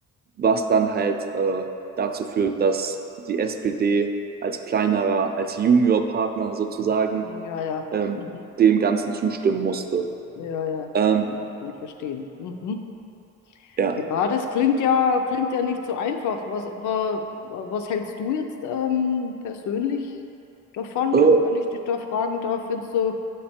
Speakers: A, on the right; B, on the left.
A: was dann halt äh, dazu führt, dass die SPD als kleinerer, als Juniorpartner sozusagen
B: Ja, ja.
A: ähm,
B: Mhm.
A: dem Ganzen zustimmen musste.
B: Ja, ja.
A: Ähm,
B: Kann, kann ich verstehen. Mhm.
A: ja.
B: Ja, das klingt ja, klingt ja nicht so einfach. Was, wa, was hältst du jetzt ähm, persönlich davon,
A: Äh,
B: wenn wenn ich dich da fragen darf? Findest du,